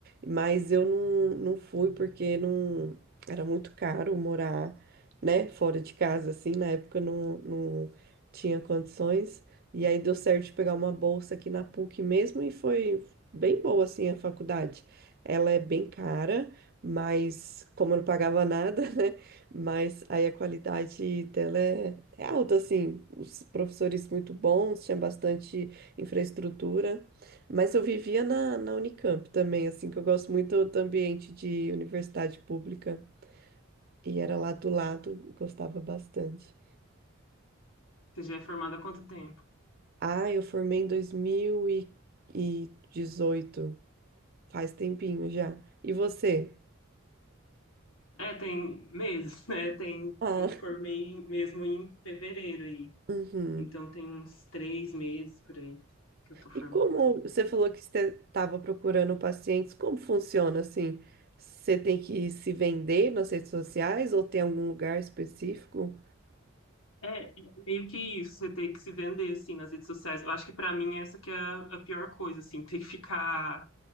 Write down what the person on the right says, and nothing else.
mas eu não, não fui porque não era muito caro morar, né, fora de casa assim, na época eu não, não tinha condições. E aí deu certo de pegar uma bolsa aqui na PUC mesmo e foi bem boa assim a faculdade. Ela é bem cara, mas como eu não pagava nada, <laughs> né? Mas aí a qualidade dela é, é alta, assim, os professores muito bons, tinha bastante infraestrutura, mas eu vivia na, na Unicamp também, assim, que eu gosto muito do ambiente de universidade pública, e era lá do lado, eu gostava bastante.
Ah, eu formei em dois mil e dezoito faz tempinho já. E você?
Ah,
<laughs> uhum.
E como você falou que você estava procurando pacientes, como funciona assim? Você tem que se vender nas redes sociais ou tem algum lugar específico?